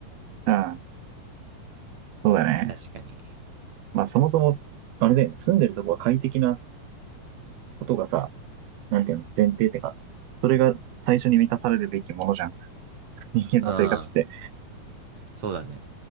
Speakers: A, on the right; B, on the right.
A: うん。そうだね。
B: 確かに。
A: まあ、そもそも、あれだよね。住んでるとこは快適なことがさ、なんていうの、前提ってか、それが最初に満たされるべきものじゃん。人間の生活って。
B: うん。そうだね。